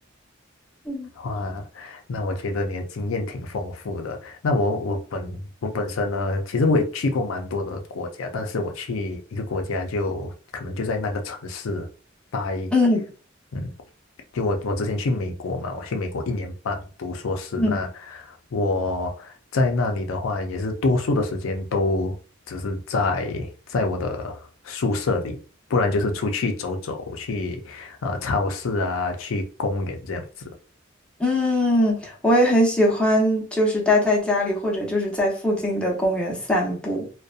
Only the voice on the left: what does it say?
哇，那我觉得你的经验挺丰富的。那我我本我本身呢，其实我也去过蛮多的国家，但是我去一个国家就可能就在那个城市待，
嗯，就我我之前去美国嘛，我去美国一年半读硕士，
那我在那里的话，也是多数的时间都只是在在我的宿舍里，不然就是出去走走，去呃超市啊，去公园这样子。